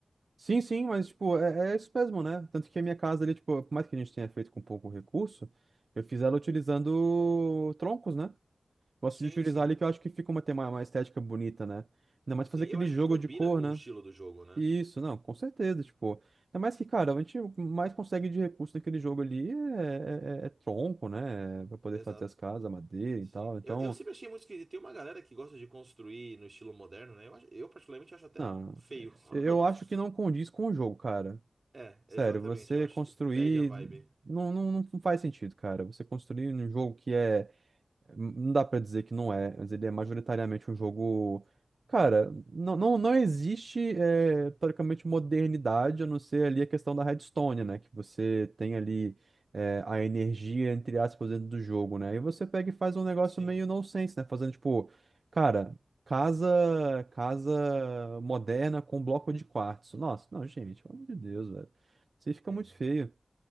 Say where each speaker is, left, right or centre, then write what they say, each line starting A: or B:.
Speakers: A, on the right; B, on the right.
A: Sim, sim, mas, tipo, é, é isso mesmo, né? Tanto que a minha casa ali, tipo, por mais que a gente tenha feito com pouco recurso, eu fiz ela utilizando troncos, né? Gosto
B: Sim,
A: de utilizar
B: sim.
A: ali que eu acho que fica uma, tem uma, uma estética bonita, né? Ainda mais
B: Sim,
A: fazer
B: eu
A: aquele
B: acho
A: jogo
B: que combina
A: de cor,
B: com
A: né?
B: o estilo do jogo, né?
A: Isso, não, com certeza, tipo. Ainda mais que, cara, a gente mais consegue de recurso naquele jogo ali é, é- é é tronco, né? É Pra poder
B: Exato.
A: fazer as casas, madeira
B: Sim.
A: e tal. Então,
B: Eu, eu sempre achei muito esquisito. Tem uma galera que gosta de construir no estilo moderno, né? Eu, acho- eu particularmente acho até
A: não,
B: feio. <laughs>
A: eu acho que não condiz com o jogo, cara.
B: É,
A: Sério,
B: exatamente.
A: você
B: Eu acho
A: construir.
B: que perde a vibe.
A: Não, não, não faz sentido, cara. Você construir um jogo que é. Não dá pra dizer que não é, mas ele é majoritariamente um jogo. Cara, não, não, não existe, é, teoricamente, modernidade, a não ser ali a questão da redstone, né? Que você tem ali, é, a energia, entre aspas, dentro do jogo, né? E você pega e faz um negócio
B: Sim.
A: meio nonsense, né? Fazendo tipo, cara, casa, casa moderna com bloco de quartzo. Nossa, não, gente, pelo amor de Deus, velho. Isso aí fica
B: É.
A: muito feio.